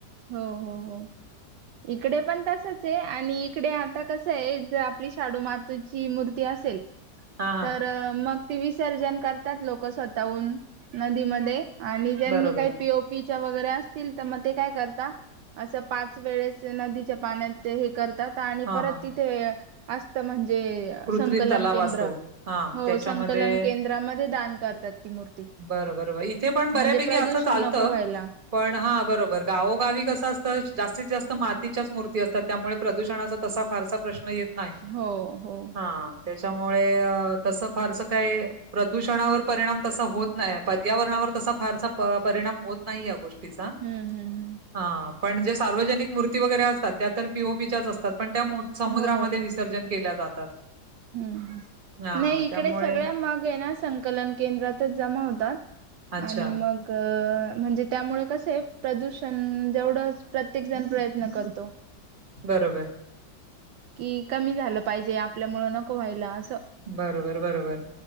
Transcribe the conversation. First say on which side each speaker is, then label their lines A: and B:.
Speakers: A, on the right; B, on the right.
A: हो हो हो. इकडे पण तसच आहे आणि इकडे आता कस य आहे ज आपली शाडू माती तुझी मूर्ती असेल.
B: हा हा
A: तर मग ते विसर्जन करतात लोक स्वतःहून नदीमध्ये. आणि ज्यांनी
B: बरोबर
A: काही पीओपी च्या वगैरे असतील तर मग ते काय कर अस पाच वेळेस नदीच्या पाण्यात हे करतात आणि
B: हा
A: परत
B: हा
A: ती ते असत म्हणजे,
B: कृत्रिम
A: संकलन
B: तलाव
A: केंद्र
B: असतो हा
A: हो
B: त्याच्यामध्ये
A: संकलन केंद्रामध्ये दान करतात ती मूर्ती.
B: बरं बरोबर इथे पण
A: म्हणजे
B: बऱ्यापैकी
A: प्रदूषण
B: असं चालतं
A: नको व्हायला.
B: पण हा बरोबर गावोगावी कसं असतं जास्तीत जास्त मातीच्याच मूर्ती असतात त्यामुळे प्रदूषणाचा तसा फारसा प्रश्न येत
A: हो हो.
B: हा त्याच्यामुळे तस फारस काय प्रदूषणावर परिणाम तसा होत नाही पर्यावरणावर तसा फारसा परिणाम होत नाही या गोष्टीचा
A: हम्म हम्म हम्
B: हा पण जे सार्वजनिक मूर्ती वगैरे असतात त्या तर पीओपीच्याच असतात पण त्या मो समुद्रामध्ये
A: हो
B: विसर्जन केल्या जातात.
A: हम्म
B: हां,
A: नाही इकडे
B: त्यामुळे
A: सगळ्या मग येण्या संकलन केंद्रातच जमा होतात
B: अच्छा.
A: आणि मग अ म्हणजे त्यामुळे कस हे प्रदूषण जेवढं प्रत्येक जण प्रयत्न करतो.
B: बरोबर
A: कि कमी झालं पाहिजे आपल्यामुळ नको व्हायला असं
B: बरोबर बरोबर